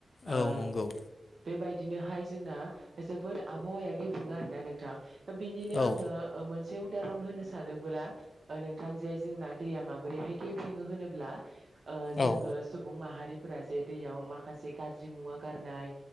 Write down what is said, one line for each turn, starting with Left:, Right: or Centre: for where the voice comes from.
Right: ओ
Left: औ नंगौ
Right: बेबायदिनोहाय जोंना जोबोद आबहावाया गेब्रेंङो आरोना नोंथां। बिनिनो
Left: औ
Right: आङो ओ मोनसे उ दारन होनो सानोबोला नोंथां जे जोंना दैया माबोरैहाय गेब्रेङो होनोब्ला ओ जोङो
Left: औ
Right: सुबुं माहा रिफोरा जे दैयाव माखासे गाज्रि मुवा गारनाय